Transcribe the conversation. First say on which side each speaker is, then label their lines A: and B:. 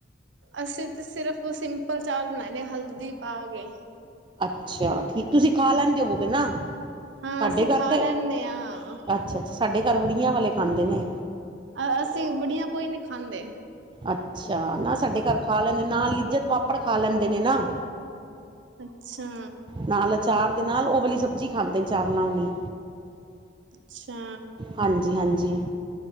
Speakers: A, on the right; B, on the right.
A: ਅਸੀਂ ਤੇ ਸਿਰਫ ਸਿੰਪਲ ਚਾਵਲ ਬਣਾਯੇ ਨੇ, ਹਲਦੀ ਪਾ ਕੇ।
B: ਅੱਛਾ, ਠੀਕ ਤੁਸੀਂ ਖਾ ਲੈਦੇ ਹੋਵੋਗੇ ਨਾ।
A: ਹਾਂ
B: ਸਾਡੇ
A: ਅਸੀਂ
B: ਘਰ
A: ਖਾ
B: ਤੇ
A: ਲੈਂਨੇ ਆਂ।
B: ਅੱਛਾ ਅੱ ਸਾਡੇ ਘਰ ਵੜੀਆਂ ਵਾਲੇ ਖਾਂਦੇ ਨੇ।
A: ਅ ਅਸੀਂ ਬੜੀਆਂ ਕੋਈ ਨਹੀਂ ਖਾਂਦੇ।
B: ਅੱਛਾ ਨਾ ਸਾਡੇ ਘਰ ਖਾ ਲੈਂਦੇ, ਨਾਲ ਲਿਜਤ ਪਾਪੜ ਖਾ ਲੈਂਦੇ ਨੇ ਨਾ।
A: ਅੱਛਾ
B: ਨਾਲ ਅਚਾਰ ਦੇ ਨਾਲ, ਉਹ ਵਾਲੀ ਸਬਜ਼ੀ ਖਾਂਦੇ ਨੇ ਚਾਵਲਾਂ ਵਾਲੀ।
A: ਅੱਛਾ
B: ਹਾਂਜੀ ਹਾਂਜੀ